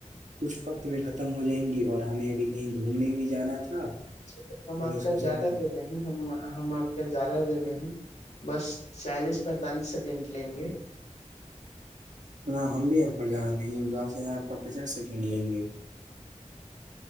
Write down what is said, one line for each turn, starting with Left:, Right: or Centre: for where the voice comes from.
Right: کچھ وقت میں ختم ہو جائیں گی اور ہمیں ابھی کہیں گھومنے بھی جانا تھا
Left: اچا تو ہم آپ
Right: نے
Left: کا
Right: سوچا
Left: زیادہ
Right: کہ
Left: دینا ہم ہم آپ کا زیادہ دیر نہیں بس چالیس پینتالیس سیکنڈ لیں گے
Right: جناب ہم بھی آپ کا ج نہیں ہم داس زار آپ کا پچاس سیکنڈ لیں گے